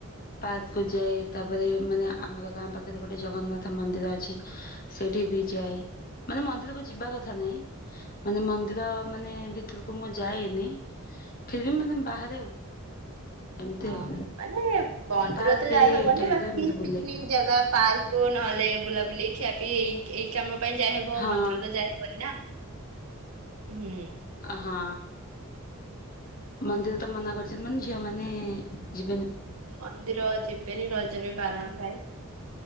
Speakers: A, on the left (about 40°); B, on the right (about 80°).
A: ପାର୍କକୁୁ ଯାଏ ତାପରେ ମାନେ ଆମର ଗାଁ ପାଖରେ ଗୋଟେ ଜଗନ୍ନାଥ ମନ୍ଦିର ଅଛି ସେଠି ବି ଯାଏ ମାନେ ମନ୍ଦିରକୁ ଯିବା କଥା ନହିଁ ମାନେ ମନ୍ଦିର ମାନେ ଭିତର କ ମୁଁ ଯାଏନି ଫିଲ୍ମ ମାନେ ବାହାରେ ଆଉ ଏମିତି
B: ହଁ
A: ଆଉ
B: ମାନେ ମନ୍ଦିର
A: ପାର୍କ
B: ତ ଯାଇ
A: ଏରିଆ
B: ହବନି
A: ଏଇ ଟାଇପର
B: ବାକି
A: ଏମିତି ବୁଲେ
B: ପିକନିକ ଜାଗା ପାର୍କ ନହଲେ ବୁଲା ବୁଲି ଖିଆପି ଏଇଇ କାମ ପାଇଁ ଯାଇହବ
A: ହଁ
B: ମନ୍ଦିର ତ ଯାଇହବନି ନା ହୁଁ
A: ହଁ ମନ୍ଦିର ତ ମନା କରି ମାନେ ଝିଅ ମାନେ ଯ
B: ମନ୍ଦିର ଯିବେନି ରଜରେ ବାରଣ ଥାଏ।